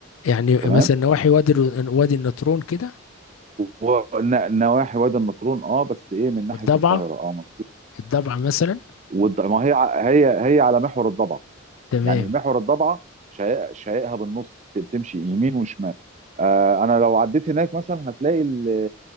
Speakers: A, on the left; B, on the right.
A: يعني
B: تمام
A: مثلا نواحي وادي الر- وادي النطرون كده
B: ونواحي وادي النطرون اه بس ايه من ناحيه
A: والضبعة
B: القاهره اه مظبوط
A: الضبعة مثلا
B: والض- ما هي ع- هي هي على محور الضبع
A: تمام
B: يعني محور الضبعه شقائق شقائقها بالنص ت- بتمشي يمين وشمال آه، انا لو عديت هناك مثلا هتلاقي ال-